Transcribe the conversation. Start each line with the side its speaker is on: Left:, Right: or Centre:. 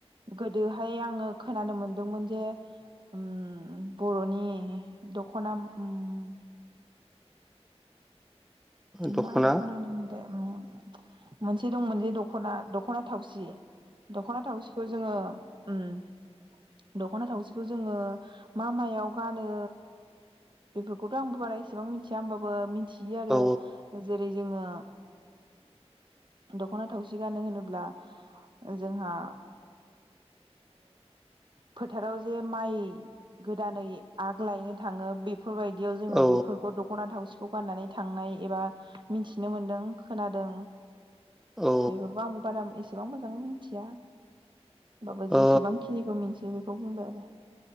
Right: गोदोहाय आङो खोनानो मोनदोंमोन जे ओम बर'नि दख'ना उम <inaudible>
Centre: दख'ना
Right: मा दख'नानो मोन दे उम मोनसे दंमोनजे दखना दख'ना थावसि दख'ना थावसिखौ जोङो ओम दख'ना थावसिखौ जोङो मा मायाव गानो? बेफोरखौथ' आंबो बारा एसेबां मिथिया होमबाबो मिथियो आरो
Centre: औ
Right: जेरै जोङो दख'ना थावसि गानो होनोब्ला जोंहा फोथाराव जे माइ गोदानै आग लायनो थाङो बे फोरबायदियाव जोङो
Centre: औ
Right: बेफोरखौ दख'ना थावसिखौ गाननानै थांनाय एबा मिथिनो मोन्दों। खोनादों
Centre: औ
Right: बेफोरखौ आंबो बारा एसेबां मोजाङै मिथिया। होमबाबो जेसेबांखिनिखौ
Centre: औ
Right: मिथियो बेखौ बुंबाय आरो।